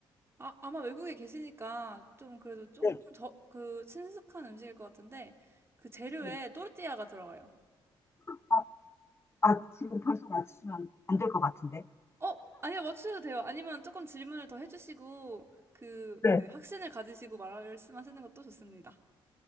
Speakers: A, on the right; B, on the left.
A: 아, 아마 외국에 계시니까 좀 그래도 조금
B: 네.
A: 저, 그 친숙한 음식일 것 같은데 그 재료에
B: 네.
A: 또르띠아가 들어가요.
B: 아, 아, 지금 벌써 맞추면 안 될 것 같은데.
A: 어, 아니요, 맞추셔도 돼요. 아니면 조금 질문을 더 해주시고 그,
B: 네.
A: 네, 확신을 가지시고 말씀하시는 것도 좋습니다.